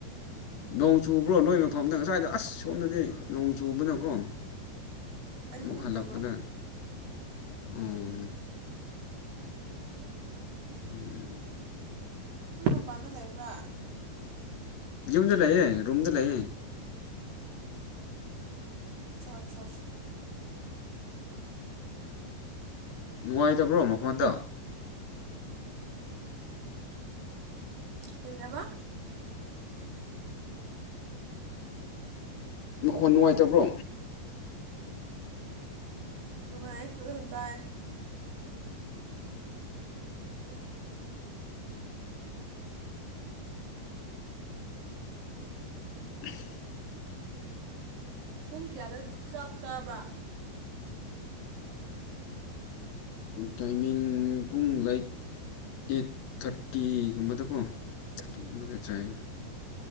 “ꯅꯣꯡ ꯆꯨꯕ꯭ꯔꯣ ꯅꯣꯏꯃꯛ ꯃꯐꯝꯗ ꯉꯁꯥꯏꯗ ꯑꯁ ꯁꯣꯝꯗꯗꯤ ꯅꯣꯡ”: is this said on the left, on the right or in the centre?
Left